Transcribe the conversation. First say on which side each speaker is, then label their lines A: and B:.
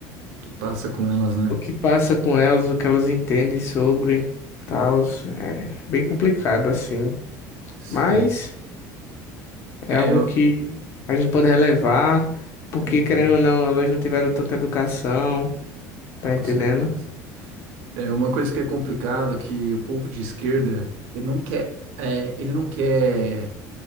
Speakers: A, on the right; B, on the left.
A: que passa com elas, né?
B: o que passa com elas, o que elas entendem sobre tal. É bem complicado, assim.
A: Sim.
B: Mas
A: É,
B: é algo
A: eu...
B: que a gente pode relevar, porque,
A: Uhum,
B: querendo ou não, elas não tiveram tanta educação, tá
A: com
B: entendendo?
A: certeza. É uma coisa que é complicado que o povo de esquerda, ele não quer, é, ele não quer